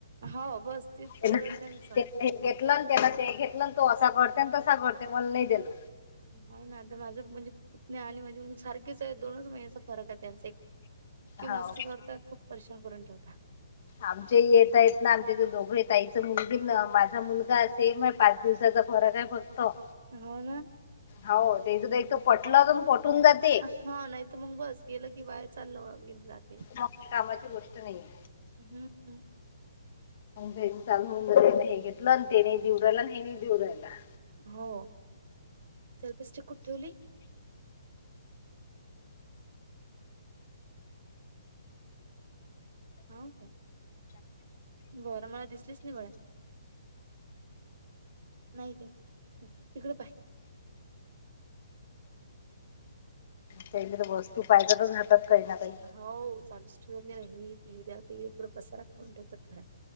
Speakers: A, on the right; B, on the left.
A: हो बस. तेच चालू
B: त्याला
A: आहे त्यांचं
B: हे घेतलं त्याला ते घेतलं तो असा करते तसा करते मला नाही दिलं.
A: हो ना आता माझं म्हणजे पुतण्या आणि माझी मु सारखेच आहे दोनच महिन्याचा फरक आहे त्यांचा एक. इतकी
B: हाव
A: मस्ती करतात खूप परिश्रम करून ठेवत.
B: आमचे येत आहेत ना आमचे ते दोघं आहेतचं मुलगी माझा मुलगा असेम आहे पाच दिवस. त्याचा फरक काय बघतो.
A: हो ना?
B: हो ते सु एक पटलं तर पटून जात.
A: हा नाही तर मग बस गेलं की बाहेर चाललं घेऊन जाते.
B: मग ते कामाची गोष्ट नाहीये.
A: हम्म.
B: री चाल होऊ न दे नाही हे घेतलं आणि ते नाही देऊ राहिला आणि हे नाही देऊ राला.
A: हो सल्पिस्टिक कुठ ठेवली? हा का बरं, मला दिसलीच नाही बाळा! नाही का तिकड पाहि.
B: त्या तर वस्तू पाहिज तरच राहात काही ना काही.
A: हो चालूच ठेव रहीद्या त पुढ पसारा म्हणून ठेवतात घराात.